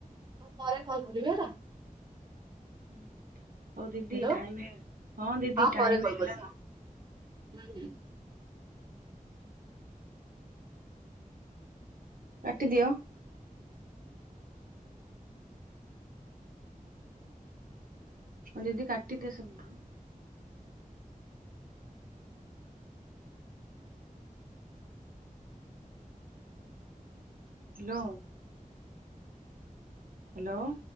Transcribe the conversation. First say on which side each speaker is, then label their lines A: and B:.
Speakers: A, on the right; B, on the right.
A: ମୁଁ ପରେ କଲ୍ କରିବି ହେଲା।
B: ହୁଁ, ହଉ ଦିଦି
A: ହ୍ୟାଲୋ
B: ଟାଇମ୍ ହେଇଗଲା ହଁ ଦିଦି
A: ପରେ
B: ଟାଇମ
A: କଲ୍
B: ହେଇଗଲାଣି
A: କରୁଛି ହଁ।
B: ନା।
A: ହୁଁ ହୁଁ।
B: କାଟିଦିଅ। ହଁ ଦିଦି କାଟିଦିଅ ସେପଟରୁ। ହ୍ୟାଲୋ। ହ୍ୟାଲୋ।